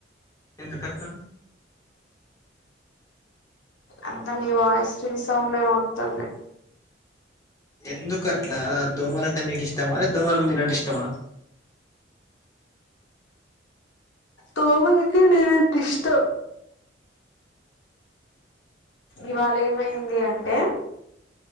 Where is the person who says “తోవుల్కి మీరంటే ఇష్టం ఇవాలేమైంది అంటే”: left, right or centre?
Left